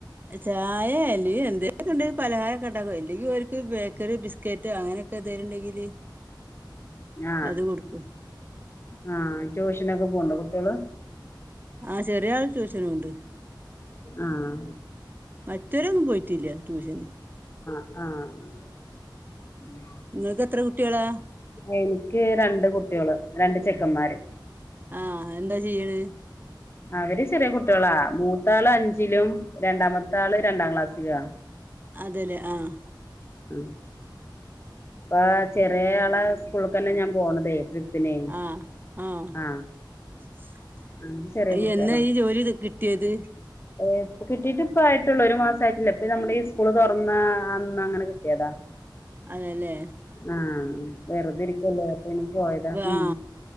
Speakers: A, on the right (about 25°); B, on the left (about 30°).
A: ചായ അല്ലെ എന്തേ ക്കെണ്ടെങ്കിൽ പലഹാരംക്കെ ഉണ്ടാക്കും അല്ലെങ്കി ഓല്ക്ക് ബേക്കറി ബിസ്ക്കറ്റ് അങ്ങനെ ക്കെ എന്തേലും ഉണ്ടെങ്കില്
B: ആ
A: അത് കൊടുക്കും
B: ആആ ട്യൂഷനൊക്കെ പോണ്ടോ കുട്ട്യോള്
A: ആചെറിയാള് ട്യൂഷ ന്ട്ട്
B: ആഹ്
A: മറ്റവരൊന്നും പോയിട്ടില്ല ട്യൂഷന്
B: ആ
A: ഇങ്ങക്ക് എത്ര കുട്ടികളാ
B: എനിക്ക് രണ്ട് കുട്ടികള് രണ്ട് ചെക്കന്മാര്
A: ആഎന്താ ചെയ്യ്ണേ
B: അവര് ചെറിയ കുട്ടികളാ മൂത്താള് അഞ്ചിലും രണ്ടാമത്ത ആള് രണ്ടാം ക്ലാസ്സിലുവ
A: അതെല്ലേ ആ
B: ഉം ഇപ്പ ചെറിയ ആളെ സ്കൂൾക്കന്നെ ഞാൻ പോണതേ ട്രിപ്പിനെ
A: ആ ആഎന്ന
B: ആഹ് അത് ചെറിയ കുട്ടികളാ
A: ഈ ജോലി കിട്ടിയത്
B: ഇപ്പ കിട്ടിട്ട് ഇപ്പ ആയിട്ടുള്ളൂ ഒരു മാസയിട്ടില്ല ഇപ്പൊ നമ്മുടെ ഈ സ്കൂള് തുറന്ന അന്ന് അങ്ങനെ കിട്ടിയതാ
A: അതെല്ലെ
B: ആ വെറുതിരിക്കുവല്ലേ അപ്പയ്ന് പോയതാ
A: ആ
B: ഉം